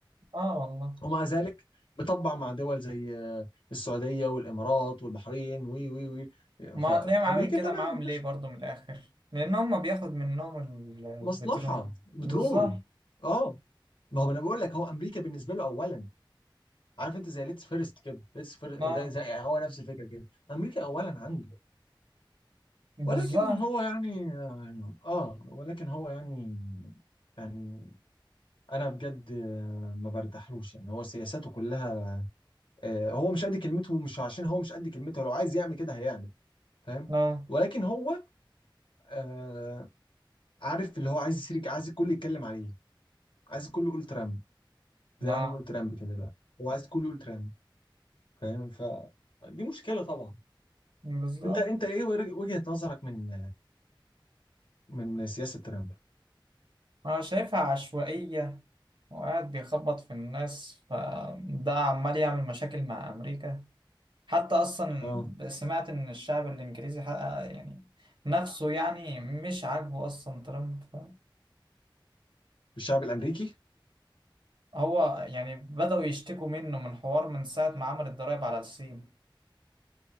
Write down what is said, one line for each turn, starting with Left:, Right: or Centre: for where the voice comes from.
Right: اه والله
Left: ومع ذلك بيطبع مع دول زي آه، السعوديه والامارات والبحرين وي وي وي
Right: ما
Left: فامريكا
Right: هتلاقيهم عامل كده
Left: تمام
Right: معاهم
Left: مفيش
Right: ليه برضه من الاخر لان هم بياخد منهم البترول
Left: مصلحه بترول
Right: بالظبط
Left: اه ما هو انا بقول لك هو امريكا بالنسبه له اولا عارف انت زي ليتس فيرست كده ليتس فيرست
Right: اه
Left: ده زي هو نفس الفكره كده امريكا اولا عنده
Right: بالظبط
Left: ولكن هو يعني يعني- اه ولكن هو يعني يعني انا بجد آه، ما برتاحلوش يعني هو سياساته كلها آه، هو مش قد كلمته مش عشان هو مش قد كلمته لو عايز يعمل كده هيعمل فاهم
Right: اه
Left: ولكن هو آه، عارف اللي هو عايز يسرق عايز الكل يتكلم عليه عايز الكل يقول ترامب زي
Right: اه
Left: ما احنا بنقول ترامب كده دلوقتي هو عايز الكل يقول ترامب فاهم فدي مشكلة طبعا
Right: بالظبط
Left: انت انت ايه وجهة نظرك من من سياسة ترامب
Right: أنا شايفها عشوائية وقاعد بيخبط في الناس فده عمال يعمل مشاكل مع أمريكا حتى أصلا
Left: اه
Right: سمعت إن الشعب الإنجليزي حقق يعني نفسه يعني مش عاجبه أصلا ترامب ف...
Left: الشعب الامريكي
Right: وهو يعني بدأوا يشتكوا منه من حوار من ساعة ما عمل الضرايب على الصين